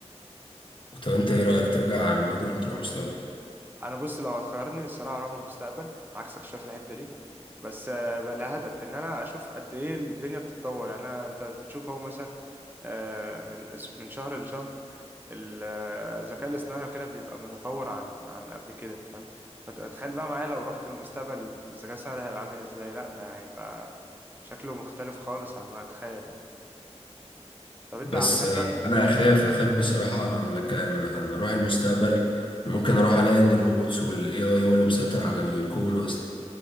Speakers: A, on the left; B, on the right.
A: طب انت ايه رأيك ترجع على الماضي ولا تروح المستقبل
B: انا بص لو هتخيرني الصراحه اروح المستقبل عكسك شايف الحته دي بس آه، بقى لها هدف ان انا اشوف قد ايه الدنيا بتتطور يعني انا انت بتشوف اهو مثلا آه، من أس- من شهر لشهر ال- آه، الذكاء الاصطناعي كده بيبقى متطور عن عن قبل كده فاهم فتخيل بقى معايا لو رحت للمستقبل الذكاء الاصطناعي ده هيبقى عامل ازاي لا ده هيبقى شكله مختلف خالص عما اتخيل يعني طب انت
A: بس
B: عامة
A: آه، انا اخاف اخاف بصراحة ان كان ان اروح المستقبل ممكن اروح الاقي ان الروبوتس والاي اي هو اللي مسيطر على الكون اصلا